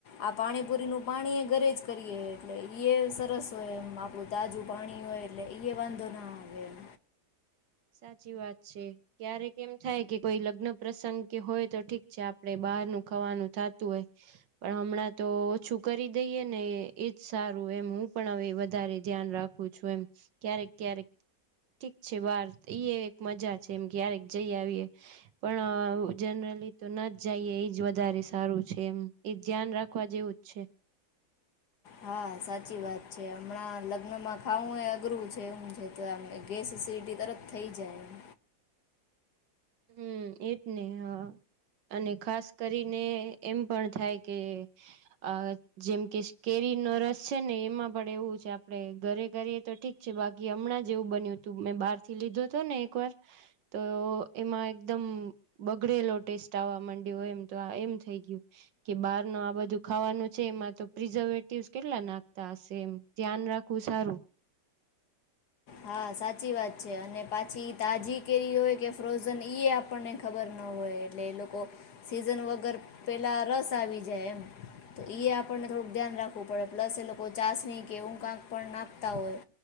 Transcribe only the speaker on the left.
આ પાણીપુરીનું પાણી એ ઘરે જ કરીએ એટલે સરસ. એમ આપણું તાજું પાણી હોય એટલે ઈ એ વાંધો ના આવે એમ.
હા સાચી વાત છે હમણાં લગ્નમાં ખાવું એ અઘરું છે એમ છે તો આ ગેસ સીટી તરત થઈ જાય એમ.
હા સાચી વાત છે, અને પાછી તાજી કેરી હોય કે ફ્રોઝન ઈ આપણને ખબર ના હોય એટલે એ લોકો સીઝન વગર પેલા રસ આવી જાય એમ તો આપણને થોડુંક ધ્યાન રાખવું પડે પ્લસ એ લોકો ચાસણી કે ઊંખ આંક પણ નાખતા હોય